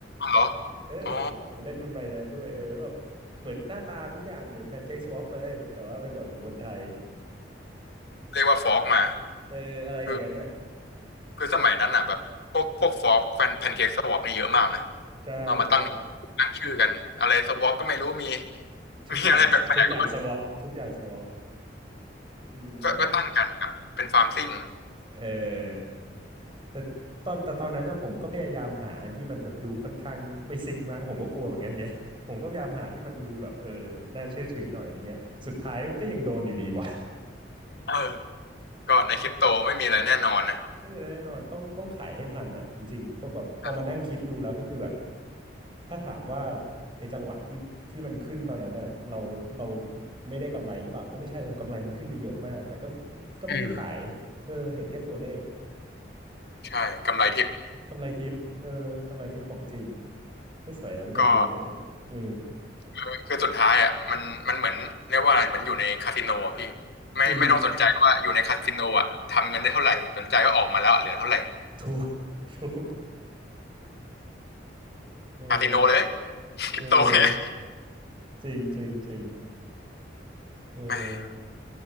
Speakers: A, on the left; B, on the right.
A: เหรอ
B: เออผมผมเล่นบนใบนั้นด้วยเออแล้วแบบเหมือนหน้าตาทุกอย่างเหมือนแพนเค้กสวอปเลยแต่ว่าเป็นแบบของคนไทย
A: อ๋อเรียกว่าฟอกมา
B: เอออะไรอย่างนั้นอ่ะ
A: คือ คือสมัยนั้นอ่ะแบบพวกพวกฟอกแฟนแพนเค้กสวอปนี่เยอะมากนะ
B: ใช่ใช่
A: เอามาตั้งตั้งชื่อกันอะไรสวอปก็ไม่รู้มี
B: ทุกอย่างทุกอย่างสวอปทุกอย่างสวอป
A: มีอะไรแปลก
B: อืมแล้วมัน
A: ๆก็ก็ก็ตั้งกันครับเป็นฟาร์มซิ่ง
B: เออแต่ตอนแต่ตอนนั้นนะผมก็พยายามหาอันที่มันแบบดูค่อนข้างไม่ซิงค์มากผมก็กลัวเหมือนกันไง <laughs> ผมก็พยายามหาที่มันดูแบบเออแบบน่าเชื่อถือหน่อยอะไรเงี้ยสุดท้ายก็ยังโดนอยู่ดีว่ะ
A: เออก็ในคริปโตไม่มีอะไรแน่นอนนะ
B: เออแน่นอนต้องต้องขายให้ทันน่ะจริงๆพอแบบพอมานั่งคิดดูแล้วก็คือแบบ
A: เออ
B: ถ้าถามว่าไอ้จังหวะที่ที่มันขึ้นตอนนั้นน่ะเราเราไม่ได้กำไรหรือเปล่ามันก็ไม่ใช่โอ้โหกำไรมันขึ้นไปเยอะมากแต่ก็ก็ไม่ได้ขายเออเห็นแค่ตัวเลข
A: อืมใช่กำไรทิป
B: กำไรทิปเออกำไรทิปของจริงก็สวยนะมันจะมีอะไร
A: ก็
B: เออ
A: คือคือสุดท้ายอ่ะมันมันเหมือนเรียกว่าอะไรเหมือนอยู่ในคาสิโนอ่ะพี่ไม่ไม่ต้องสนใจว่าอยู่ในคาสิโนอ่ะทำเงินได้เท่าไหร่สนใจก็ออกมาแล้วเหลือเท่าไหร่
B: จริงถูก <laughs> ถูกเออ
A: คาสิโนเลยคริปโตเนี่ย
B: เออจริงจริงจริงเออ
A: แหม